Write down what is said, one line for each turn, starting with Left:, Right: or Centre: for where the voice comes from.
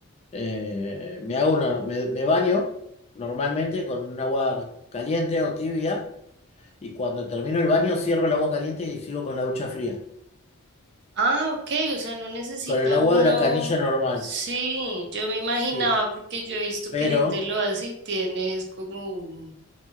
Left: eh, me hago una, me, me baño normalmente con un agua caliente o tibia y cuando termino el baño cierro el agua caliente y sigo con la ducha fría.
Right: Ah, ok, o sea, no necesita
Left: con el agua
Right: uno.
Left: de la canilla normal.
Right: Sí, yo me imaginaba
Left: Sí,
Right: porque yo he visto
Left: pero,
Right: que gente lo hace y tienes como un,